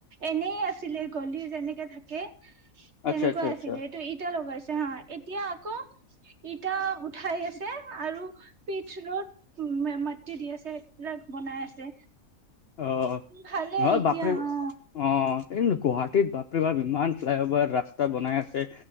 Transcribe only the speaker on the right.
এনেই আছিলে গলি যেনেকে থাকে
তেনেকুৱা
আছিল সেইটো ইটা লগাইছিল হা এতিয়া আকৌ ইটা উঠাই আছে আৰু পিঠছ ৰ'দ মাটি দি আছে সেইবিলাক বনাই আছে
ভালে
এতিয়া
অ